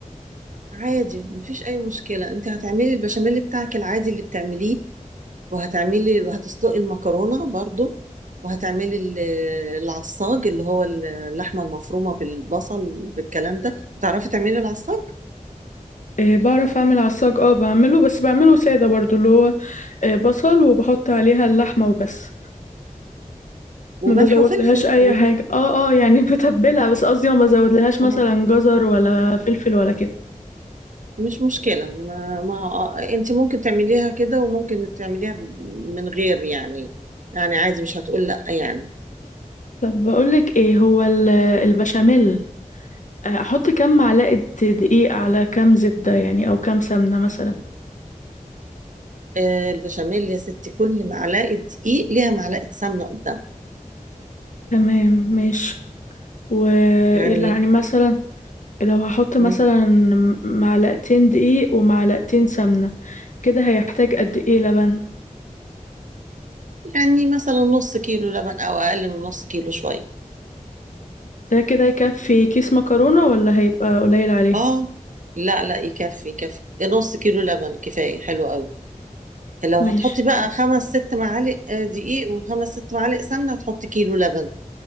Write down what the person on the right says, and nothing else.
عادي مفيش اي مشكلة انت هتعملي البشاميل بتاعك العادي اللي بتعمليه وهتعملي وهتسلقي المكرونة برضو وهتعملي ال- العصاج اللي هو اللحمة المفرومة بالبصل بالكلام ده بتعرفي تعملي العصاج
وملح
وفلفل
و...
اه
مش مشكلة ما, ما آه، انت ممكن تعمليها كده وممكن تعمليها من غير يعني يعني عادي مش هتقول لا يعني
آه البشاميل يا ستي كل معلقة دقيق ليها معلقة سمنة قدام
يعني
مم،
يعني مثلا نص كيلو لبن او اقل من نص كيلو شوية
اه لا لا يكفي يكفي نص كيلو لبن كفاية حلو قوي لو
هتحطي بقى
خمس ست معالق آه، دقيق وخمس ست معالق سمنة هتحطي كيلو لبن